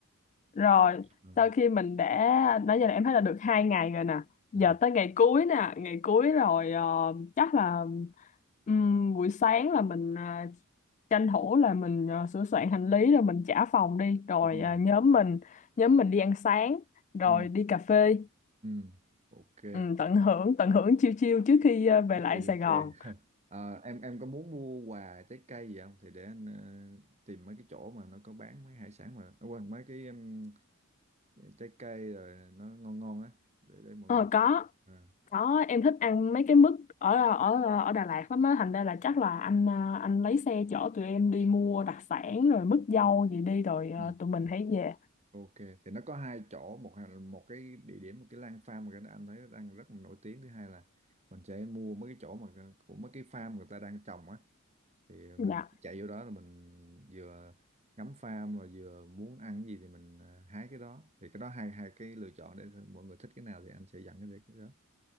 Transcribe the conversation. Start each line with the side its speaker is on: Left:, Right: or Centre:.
Left: Rồi,
Right: ừ.
Left: sau khi mình đã nãy giờ là em thấy là được hai ngày rồi nè.
Right: Ừ.
Left: Giờ tới ngày cuối nè, ngày cuối rồi ờ, chắc là ừm, buổi sáng là mình ờ, tranh thủ là mình ờ, sửa soạn hành lý rồi mình trả phòng đi, rồi
Right: đúng
Left: ờ,
Right: rồi
Left: nhóm mình nhóm mình đi ăn sáng rồi
Right: ừ.
Left: đi cà phê,
Right: Ừ. ok
Left: Ừm, tận hưởng tận hưởng chiêu chiêu trước khi ờ, về
Right: Trước
Left: lại
Right: khi lên
Left: Sài Gòn.
Right: xe Ờ, em em có muốn mua quà trái cây gì không thì để anh ờ, tìm mấy cái chỗ mà nó có bán mấy hải sản mà Ờ, quên mấy cái um, trái cây rồi nó ngon ngon á để để mọi
Left: Ờ
Right: người
Left: có
Right: à.
Left: Có, em thích ăn mấy cái mứt ở ở ở Đà Lạt lắm á, thành ra là chắc là anh à, anh lấy xe chở tụi em đi mua đặc sản rồi mứt dâu gì đi rồi à,
Right: ừ.
Left: tụi mình hãy về.
Right: Ok thì nó có hai chỗ một hà- một cái địa điểm một cái Lan Farm mà cái đó anh thấy nó đang rất là nổi tiếng thứ hai là mình sẽ mua mấy cái chỗ mà ờ, của mấy cái farm người ta đang trồng á thì
Left: Dạ.
Right: mình chạy vô đó là mình vừa ngắm farm rồi vừa muốn ăn cái gì thì mình à, hái cái đó thì cái đó hai hai cái lựa chọn để mọi người thích cái nào thì anh sẽ dặn cái cái đó